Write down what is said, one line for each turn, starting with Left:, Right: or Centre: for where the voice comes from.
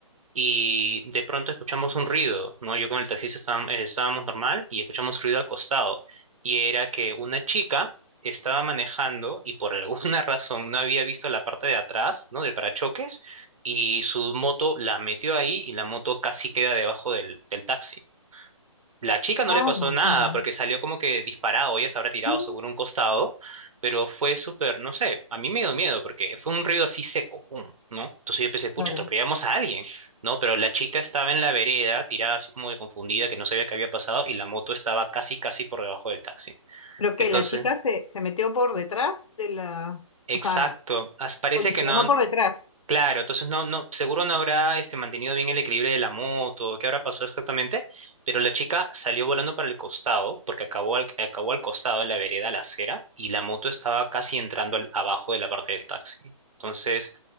Right: y de pronto escuchamos un ruido, ¿no? Yo con el taxista estábam- eh, estábamos, normal y escuchamos ruido al costado y era que una chica estaba manejando y por alguna <laughs> razón no había visto la parte de atrás, ¿no? Del parachoques y su moto la metió ahí y la moto casi queda debajo del, del taxi. La chica no
Left: Ay,
Right: le pasó
Left: me
Right: nada
Left: muero.
Right: porque salió como que disparado, ella se habrá tirado
Left: Ah,
Right: seguro a un costado, pero fue súper, no sé, a mí me dio miedo porque fue un ruido así seco, pum, ¿no? Entonces yo pensé, pucha,
Left: Claro.
Right: atropellamos a alguien, ¿no? Pero la chica estaba en la vereda, tirada así como de confundida, que no sabía qué había pasado y la moto estaba casi, casi por debajo del taxi.
Left: Pero que
Right: Entonces,
Left: la chica se, se metió por detrás de la,
Right: exacto,
Left: o sea,
Right: as- parece
Left: colisionó
Right: que no,
Left: por detrás.
Right: Claro, entonces no, no, seguro no habrá este mantenido bien el equilibrio de la moto, qué habrá pasado exactamente, pero la chica salió volando para el costado, porque acabó al, acabó al costado en la vereda, a la acera, y la moto estaba casi entrando al- abajo de la parte del taxi. Entonces